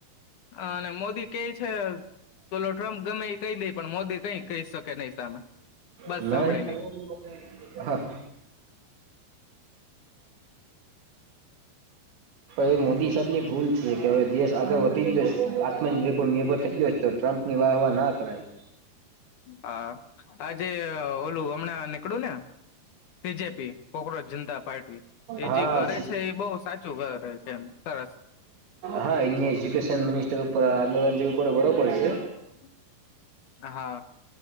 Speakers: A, on the left; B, on the right.
A: <inaudible> અ મોદી કે છે. છે. ઓલો ટ્રમ્પ ગમે એ કહી દઈ પણ મોદી કઈ કહી શકે નહી સામે બસ
B: નહી
A: સાંભળી લઈ.
B: હા એ મોદી સાહેબ ની ભૂલ છે કે હવે દેશ આગળ વધી જશે આત્મનિર્ભર નિર્ભર થઈ જ ગયો છે. તો ટ્રમ્પ ની વાહ વાહ ના કરાય.
A: હા આજે ઓલું હમણાં નીકળું ને સીજેપી કોક્રોચ જનતા પાર્ટી એ
B: હા
A: જે કરે છે એ બહુ સાચું કરે છે એમ સરસ
B: હા અ એજુકેશન મિનિસ્ટર ઉપર આંદોલન જે ઉપર બરોબર છે.
A: <inaudible> હા